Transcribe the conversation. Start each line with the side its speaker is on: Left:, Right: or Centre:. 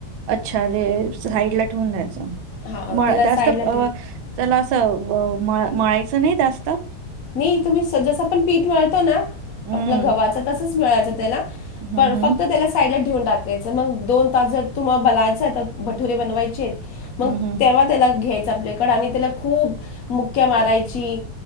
Right: अच्छा, ते साईडला ठेवून द्यायचं
Left: हा
Right: म,
Left: त्याला
Right: जास्त
Left: साईडला
Right: अ
Left: ठेव
Right: चला, असं मळायचं नाही जास्त.
Left: नाही, तुम्ही स, जसं आपण पीठ मिळत ना
Right: हम्म
Left: आपलं गव्हाचं, तसंच मिळायचं त्याला
Right: हम्म
Left: पर
Right: हम्म
Left: फक्त त्याला. साईडला ठेवून टाकायचं, मग दोन तास जर तुम्हाला बलायचं तर भटुरे बनवायचेत. मग
Right: हम्म
Left: तेव्हा त्याला घ्यायचं आपल्याकडे आणि त्याला खूप मुक्क्या मारायची